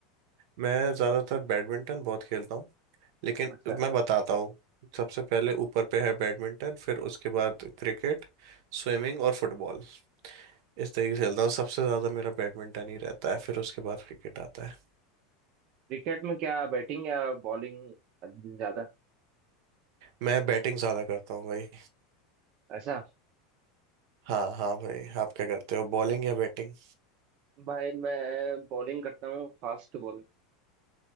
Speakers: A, on the right; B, on the right.
A: मैं ज़्यादातर बैडमिंटन बहुत खेलता हूँ लेकिन
B: अच्छा
A: मैं बताता हूँ सबसे पहले ऊपर पे है बैडमिंटन फिर उसके बाद क्रिकेट स्विमिंग और फुटबॉल इस तरीके से खेलता हूँ सबसे ज़्यादा मेरा बैडमिंटन ही रहता है फिर उसके बाद क्रिकेट आता है
B: क्रिकेट में क्या बैटिंग या बॉलिंग ज्यादा
A: मैं बैटिंग ज्यादा करता हूँ भाई
B: ऐसा
A: हाँ हाँ भाई आप क्या करते हो बॉलिंग या बैटिंग
B: भाई मैं बॉलिंग करता हूँ फास्ट बॉलर